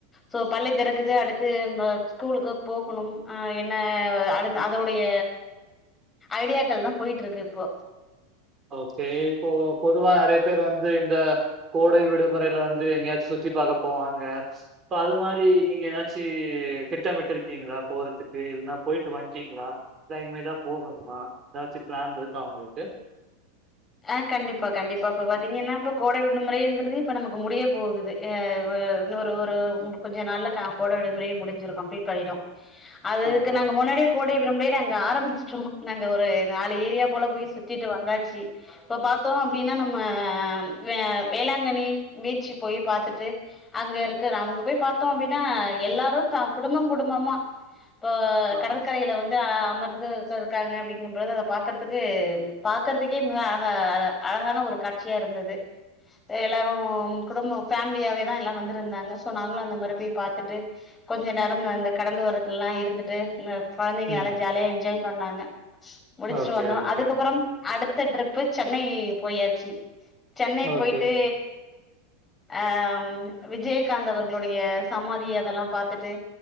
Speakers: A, on the left (about 15°); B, on the right (about 25°).
A: சோ பள்ளி தெறக்குது
B: ஓகே.
A: அடுத்து எங்க ஸ்கூலுக்கு போகுணு அ என்ன அடுத்து அதோடைய ஐடியாக்கள் தா போயிட்ருக்கு இப்போ
B: ஓகே இப்போ பொதுவா அரே பேர் வந்து இந்த கோடை விடுமுறைல வந்து எங்கயாச் சுத்தி பாக்க போவாங்க இப்போ அது மாரி இங்க எதாச்சு திட்டமிட்டுருக்கீங்ளா போறதுக்கு இல்னா போயிட்டு வந்ட்டீங்ளா தா இன்மேதா போகணுமா எதாச்சு ப்ளேன் இருக்கா ஒங்களுக்கு
A: அ கண்டிப்பா கண்டிப்பா இப்ப பாத்தீங்கன்னா இப்ப கோடை வின்னுமுறைங்குறது இப்ப நமக்கு முடிய போகுது அ வு இன்ன ஓரு ஒரு கொஞ்ச நாள்ல கே கோட விடுமுறையு முடிஞ்ரு கம்ப்லீட் பயிடு அது இதுக்கு
B: ஆமா,
A: நாங்க
B: ஆமா.
A: முன்னாடியே கோடை விடுமுறையே நாங்க ஆரமிச்சுட்டோ நாங்க ஒரு நாலு ஏரியா போல போய் சுத்திட்டு வந்தாச்சு இப்ப பாத்தோ அப்டினா நம்ம வே வேளாங்கணி பீச்சு போய் பாத்துட்டு அங்க இருக்காரு அவுங்க போய் பாத்தோ அப்டினா எல்லாரு தா குடும்பங் குடும்பமா போ
B: ஆஹா.
A: கடற்கரையில வந்து அமர்ந்து கருக்காங்க அப்டிங்கும்பொழுது அத பாக்கற்துக்கு பாக்கற்துக் ஏமு அழகா அழகான ஒரு காட்சியா இருந்தது ஏ எல்லாரு குடும்போ ஃபேம்லியாவேதா எல்லா வந்துருந்தாங்க சோ நாங்ளு அந்த மாரி போய் பாத்துட்டு கொஞ்ச நேரம் அந்த கடல் ஒரத்துலலா இருந்துட்டு இந்த கொழந்தைங்கா
B: ம்.
A: நல்லா ஜாலியா என்ஜாய் பண்ணாங்க முடிச்சுட்டு
B: ஓகே,
A: வந்தோ
B: ஓகே,
A: அதுக்கப்புரம் அடுத் த்த ட்ரிப்பு சென்னை போயாச்சு சென்னை
B: ஓகே.
A: போயிட்டு அ விஜயகாந்த் அவர்களுடைய சமாதி அதல்லா பாத்துட்டு